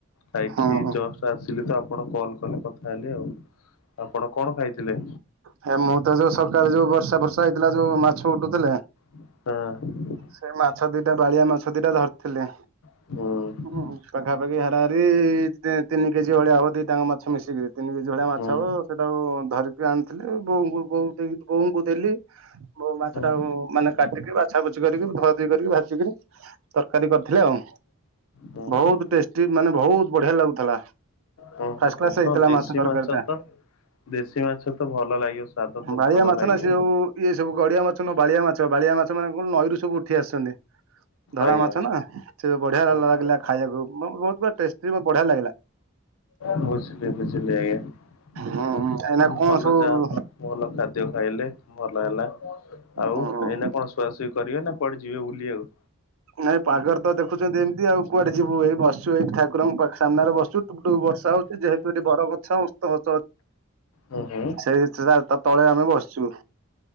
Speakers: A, on the left; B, on the right.
A: ଖାଇକି
B: ହଁ
A: ଜଷ୍ଟ ଆସିଲି ତ ଆପଣ କଲ କଲେ କଥା ହେଲି ଆଉ। ଆପଣ କଣ ଖାଇଥିଲେ?
B: ଭାଇ ମୁଁ ତ ଯୋଉ ସକାଳେ ଯୋଉ ବର୍ଷା ଫାର୍ଷା ହେଇଥିଲା ଯୋଉ ମାଛ ଉଠୁଥିଲେ
A: ହଁ।
B: ସେ ମାଛ ଦିଟା ବାଳିଆ ମାଛ ଦିଟା ଧରିଥିଲେ।
A: ହୁଁ।
B: ହୁଁ ପାଖାପାଖି ହାରାହାରି, ଦି ତିନି କେଜି ଭଳିଆ ହବ। ଦିଟା ଙ୍କ ମାଛ ମିଶିକିରି। ତିନି କେଜି ଭଳିଆ ମାଛ
A: ହୁଁ ହୁଁ
B: ହବ। ସେଟାକୁ ଧରିକି ଆଣିଥିଲେ ବୋଉଙ୍କୁ, ବୋଉ ଦେଇ ବୋଉଙ୍କୁ ଦେଲି ବୋଉ ମାଛ
A: ହୁଁ।
B: ଟାକୁ ମାନେ କାଟିକି ବାଛା ବୁଛି କରିକି ଧୁଆ ଧୁଇ କରିକି ଭାଜିକିରି ତରକାରି କରିଥିଲେ ଆଉ।
A: ହୁଁ
B: ବୋହୁତ୍ ଟେଷ୍ଟି ମାନେ ବୋହୁତ୍ ବଢିଆ ଲାଗୁଥିଲା।
A: ହୁଁ
B: ଫାଷ୍ଟ
A: ହୁଁ
B: କ୍ଲାସ ହେଇଥିଲା
A: ହଁ ଦେଶୀ
B: ମାଛ ତରକାରୀଟା।
A: ତ ଦେଶୀ ମାଛ ତ ଭଲ ଲାଗିବ ସ୍ଵାଦ ତ
B: ବାଳିଆ
A: ଭଲ
B: ମାଛ
A: ଲାଗିବ।
B: ନା ସେ ଉ ଇଏ ସବୁ ଗଡିଆ ମାଛ ନୁହ ବାଳିଆ ମାଛ। ବାଳିଆ ମାଛ ମାନେ କଣ ନଈରୁ ସବୁ ଉଠି ଆସିଛନ୍ତି। ଧଳା
A: ଆଜ୍ଞା।
B: ମାଛ ନା ସେ ବଢିଆ
A: ହୁଁ
B: ଲା-ଲାଗିଲା। ଖାଇବାକୁ ବହୁତ ବା ଟେଷ୍ଟି ବଢିଆ ଲାଗିଲା।
A: ବୁଝିଲି ବୁଝିଲି ଆଜ୍ଞା।
B: ହୁଁ ଏଇନା କଣ
A: ଭଲ
B: ସବୁ
A: ଯାହା ହ ଭଲ ଖାଦ୍ୟ ଖାଇଲେ ଭଲ ହେଲା। ଆଉ
B: ହଁ
A: ଏଇନା କଣ ଶୁଆସୁଇ କରିବେ ନା କଣ? କୁଆଡ଼େ ଯିବେ ବୁଲିବାକୁ?
B: ନାଇଁ ପାଗରେ ତ ଦେଖୁଛନ୍ତି ଏମିତି ଆଉ କୁଆଡେ ଯିବୁ। ଏଇ ବସିଚୁ ଏଇ ଠାକୁରଙ୍କ ପାଖରେ ସାମ୍ନାରେ ବସିଛୁ ଟୁପ ଟୁପ ବର୍ଷା ହଉଛି। ଯେହେତୁ ଏଠି ବର ଗଛ ଓସ୍ତ ଗଛ ଅ
A: ହୁଁ ହୁଁ।
B: ହେ ଥିଡା ତା ତଳେ ଆମେ ବସିଛୁ।